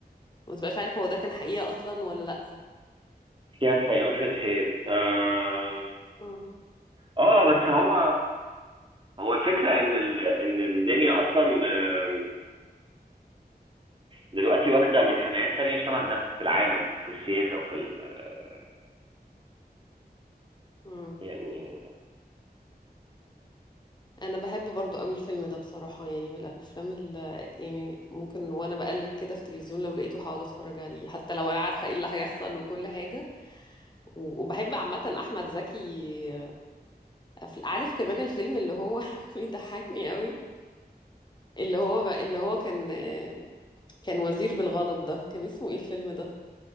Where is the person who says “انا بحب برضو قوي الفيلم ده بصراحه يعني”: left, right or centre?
Left